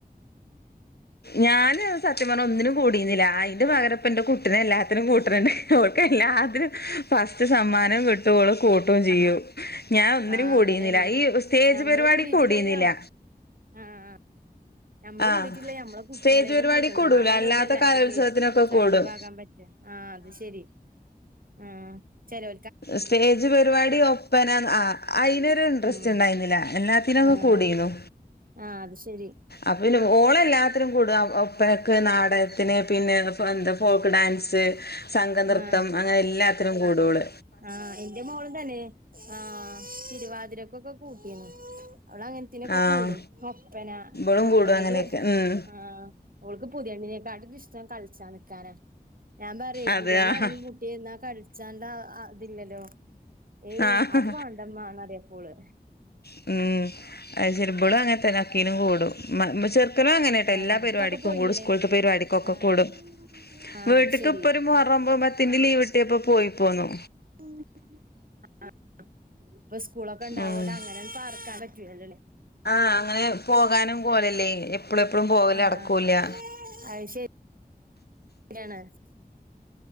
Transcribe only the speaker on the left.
ഞാന് സത്യം പറ്ഞ്ഞാ ഒന്നിനും കൂടീരുന്നില്ല അയിന്റെ പകരം ഇപ്പ ഇന്റെ കുട്ടിനെ എല്ലാത്തിനും കൂട്ട്ണ്ണ്ട് ഓൾക്ക് എല്ലാത്തിനും ഫസ്റ്റ് സമ്മാനം
കിട്ടും ഓള് കൂട്ടും ചെയ്യും ഞാൻ ഒന്നിനും
കൂടീരുന്നില്ല
ഈ സ്റ്റേജ്
പരിപാടിക്ക്
കൂടീരുന്നില്ല
ആഹ്
സ്റ്റേജ് പരിപാടി
കൂടൂല
അല്ലാത്ത
കലോത്സവത്തിനൊക്കെ
കൂടും
സ്റ്റേജ് പരിപാടി ഓപ്പനാ ആഹ് അയ്നൊരു ഇൻട്രസ്റ്റ്
ഇണ്ടായിര്ന്നില്ല എന്നാ ഇതിനൊക്കെ
കൂടിനു.
അപ്പ പിന്നെ ഓളെല്ലാത്തിനും കൂടും ആ ഒപ്പനക്ക് നാടകത്തിന് പിന്നെ ഫ എന്താ ഫോക്ക് ഡാൻസ് സംഘനൃത്തം
അങ്ങനെ എല്ലാത്തിനും കൂടോള്
ആഹ്
ഇബളും
കൂടും അങ്ങനെയൊക്കെ ഉം
അതെ
ആഹ്
ആഹ്
ഹ്മ്മ് അയ് ശെരി ഇബളും അങ്ങനെ തന്നെ ഒക്കീലും കൂടും ഇമ്മ ഇമ്മ ചേർ ക്കലും അങ്ങനെട്ടാ
എല്ലാ പരിപാടിക്കും
കൂടും സ്കൂൾത്തെ പരിപാടിക്കൊക്കെ
കൂടും,
വീട്ട്ക്ക്
ഇപ്പൊര് മുഹറൊമ്പോ പത് ത്തിന്റെ ലീവ്ട്ടിയപ്പോ പോയി പോന്നു.
ഉം
ആഹ് അങ്ങനെ പോകാനും കോലല്ലേ എപ്പളും എപ്പളും പോകല്
നടക്കൂല്ല്യ